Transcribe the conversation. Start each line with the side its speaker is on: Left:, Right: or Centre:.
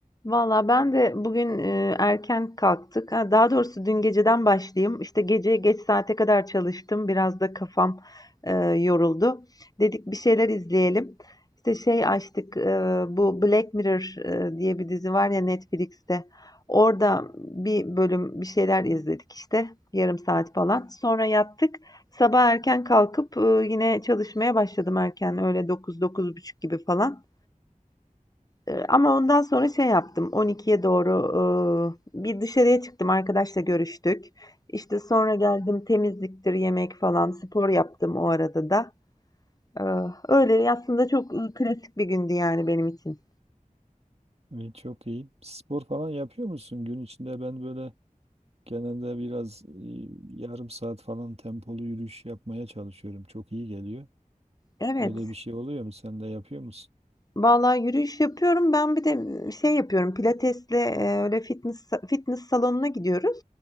Left: Valla ben de bugün e, erken kalktık. Ha, daha doğrusu dün geceden başlayayım. İşte gece geç saate kadar çalıştım. Biraz da kafam e, yoruldu. Dedik bir şeyler izleyelim. İşte şey açtık. e, bu Black Mirror e, diye bir dizi var ya Netflix'te. Orada bir bölüm bir şeyler izledik işte. Yarım saat falan. Sonra yattık. Sabah erken kalkıp e, yine çalışmaya başladım erken. Öyle 9 buçuk gibi falan. Eee, ama ondan sonra şey yaptım, 12'ye doğru, eee, bir dışarıya çıktım, arkadaşla görüştük. İşte sonra geldim, temizliktir, yemek falan, spor yaptım o arada da. Eee, öyle aslında çok e, klasik bir gündü yani benim için.
Right: İyi, çok iyi. Spor falan yapıyor musun gün içinde? Ben böyle genelde biraz e, yarım saat falan tempolu yürüyüş yapmaya çalışıyorum. Çok iyi geliyor.
Left: Evet,
Right: Öyle bir şey oluyor mu? Sen de yapıyor musun?
Left: vallahi yürüyüş yapıyorum, ben bir de şey yapıyorum, pilatesle e, öyle fitness, fitness salonuna gidiyoruz.